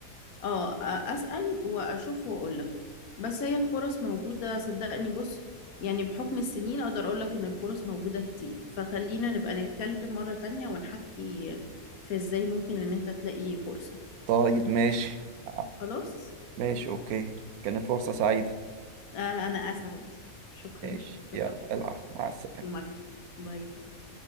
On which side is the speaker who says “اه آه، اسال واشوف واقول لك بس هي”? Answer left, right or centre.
Left